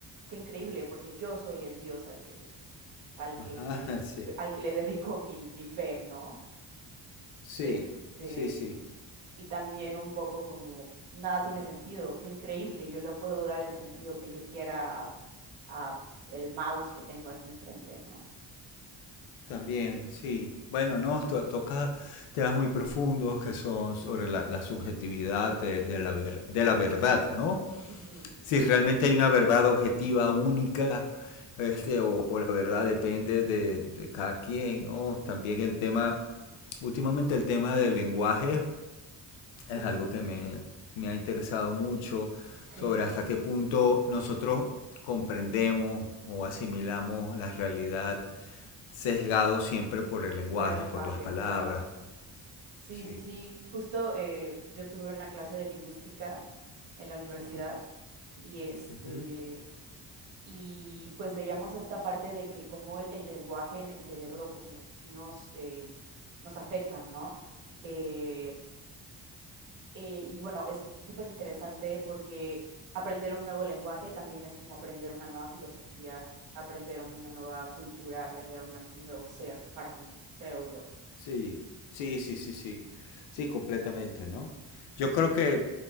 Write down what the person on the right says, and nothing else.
qué increíble, porque yo soy el Dios al que al
que me
al que le dedico mi mi fe, ¿no?
Este,
y también un poco como nada tiene sentido, qué increíble, yo le puedo dar el sentido que yo quiera a, a el mouse que tengo aquí enfrente, ¿no?
Ujú.
Mm,
sí,
sí,
sí,
por el lenguaje,
claro. Sí,
sí, sí. Justo eh, yo tuve una clase de lingüística en la universidad y este
Y pues veíamos esta parte de que cómo el, el lenguaje en el cerebro, como si nos, eh, nos afecta, ¿no? Eh, eh, y bueno, es súper interesante porque aprender un nuevo lenguaje también es como aprender una nueva filosofía, aprender una nueva cultura, aprender una- un nuevo ser para mí, creo yo.
Ujú,